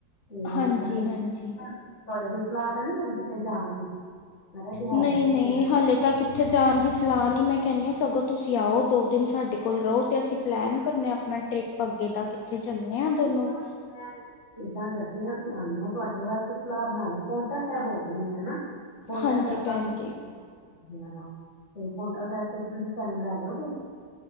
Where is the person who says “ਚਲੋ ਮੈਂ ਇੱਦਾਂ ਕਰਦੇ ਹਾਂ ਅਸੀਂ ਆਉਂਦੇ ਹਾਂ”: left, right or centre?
Left